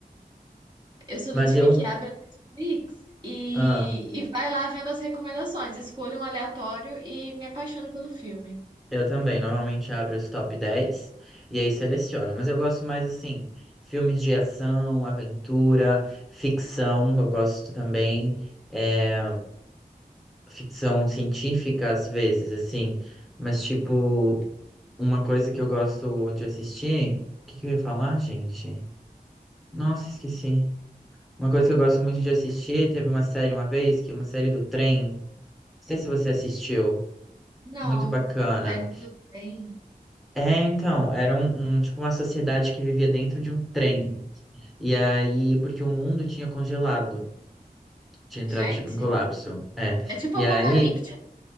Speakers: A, on the right; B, in the centre.
A: Eu sou
B: Mas
A: do time
B: eu.
A: que abre a Netflix e,
B: ah,
A: e vai lá vendo as recomendações. Escolho um aleatório e me apaixono pelo filme.
B: Eu também, normalmente abro os top 10 e aí seleciono. Mas eu gosto mais assim, filmes de ação, aventura, ficção, eu gosto também, é, ficção científica às vezes, assim, mas tipo, uma coisa que eu gosto de assistir. O que que eu ia falar, gente? Nossa, esqueci. Uma coisa que eu gosto muito de assistir, teve uma série uma vez, que é uma série do trem. Não sei se você assistiu.
A: Não,
B: Muito bacana.
A: série do trem.
B: É, então, era um, um- tipo uma sociedade que vivia dentro de um trem. E aí, porque o mundo tinha congelado, tinha entrado
A: Gente,
B: tipo em colapso. É.
A: é tipo
B: E
A: apocalíptico.
B: aí,